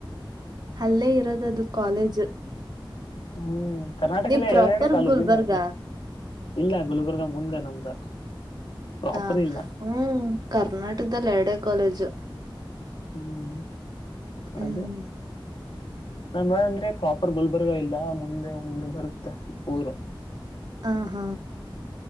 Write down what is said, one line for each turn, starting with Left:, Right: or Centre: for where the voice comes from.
Right: ಅಲ್ಲೇ ಇರೋದದು ಕಾಲೇಜ್.
Left: ಹ್ಮ ಕರ್ನಾಟಕಲ್ಲ
Right: ನೀವ್ ಪ್ರಾಪರ್
Left: ಎದೆಡೆ ಕಾಲೇಜ
Right: ಗುಲ್ಬರ್ಗ
Left: ಇಲ್ಲ ಅದು ಇಲ್ಲಾ ಗುಲ್ಬರ್ಗ ಮುಂದೆ ನಮ್ದ ಪ್ರಾಪರ
Right: ಆ,
Left: ಇಲ್ಲಾ
Right: ಹ್ಮ್ ಕರ್ನಾಟಕದಲ್ಲ್ ಎರಡೇ ಕಾಲೇಜು
Left: ಹ್ಮ್
Right: ಹ್ಮ್
Left: <inaudible> ಅದ ನಮ ಅಂದ್ರೆ ಪ್ರಾಪರ್ ಗುಲ್ಬರ್ಗ ಇಲ್ಲ ಮುಂದೆ ಒಂದ್ ಬರುತ್ತೆ ಊರೂ
Right: ಆ ಹಾ.